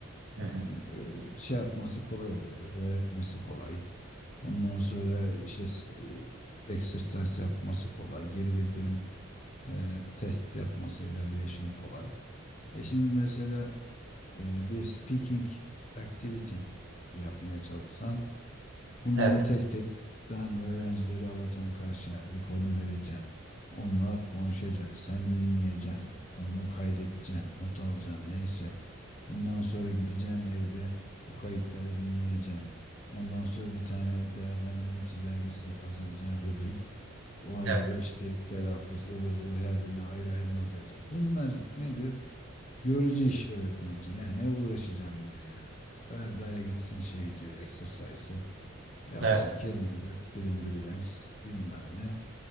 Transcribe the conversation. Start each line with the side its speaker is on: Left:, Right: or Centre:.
Right: Hı hı.
Left: Yani e, şey yapması kolay oluyor. Öğretmesi kolay. Ondan sonra işte e, exercise yapması kolay. Geri bildirim E, test yapması, evaluation'ı kolay. E şimdi mesela e, bir speaking activity yapmaya çalışsan Bunları
Right: Evet,
Left: tek tek tam öğrencileri alacaksın karşına. Bir konu vereceksin. Onlar konuşacak. Sen dinleyeceksin. Onu kaydedeceksin. Not alacaksın. Neyse. Ondan sonra gideceksin evde o kayıtları dinleyeceksin. Ondan sonra bir tane değerlendirme çizelgesi hazırlayacaksın rubrik. Ona
Right: evet,
Left: göre işte telaffuz, ıvır zıvır her birine ayrı ayrı not verecek. Bunlar nedir? Yorucu iş öğretmen için. Yani ne uğraşacağım diyor ya. Ver daya gitsin şey diyor, exercise'ı. Yapsın
Right: evet,
Left: kelimeler, fill in the blanks, bilmem ne.